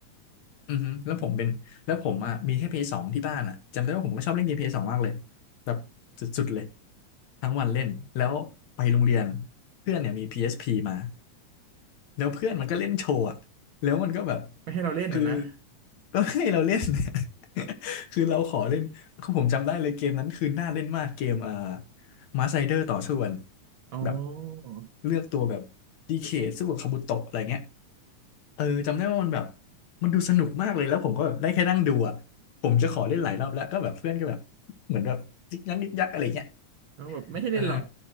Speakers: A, on the left (about 70°); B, on the right (about 75°).
A: อือฮึแล้วผมเป็นแล้วผมอ่ะมีแค่ PS 2ที่บ้านอ่ะ จำได้ว่าผมก็ชอบเล่นเกม PS 2มากเลยแบบสุดๆ เลยทั้งวันเล่น แล้วไปโรงเรียนเพื่อนเนี่ยมี PSP มา แล้วเพื่อนมันก็เล่นโชว์อะแล้วมันก็แบบ
B: ไม่ให้เราเล่นนะนะ
A: คือ <laughs> ก็ให้เราเล่น <laughs> คือเราขอเล่นคือผมจำได้เลยเกมนั้นคือน่าเล่นมากเกมอ่ามาไซเดอร์ต่อสู้กัน
B: อ๋อ
A: แบบเลือกตัวแบบดีเคสู้กับคาบุโตะอะไรเงี้ยเออจำได้ว่ามันแบบมันดูสนุกมากเลยแล้วผมก็แบบได้แค่นั่งดูอ่ะผมจะขอเล่นหลายรอบแล้วก็แบบเพื่อนก็แบบเหมือนแบบยิกยักยิกยักอะไรเงี้ย
B: แล้วแบบไม่ให้เล่นหรอก
A: เออ